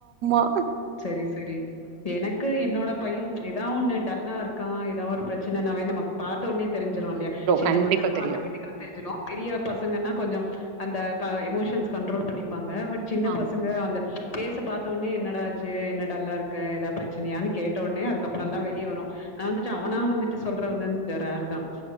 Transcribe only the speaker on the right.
ம்
கண்டிப்பா
தெரியு
ஆமா
ஆமா
ம்,
ம்.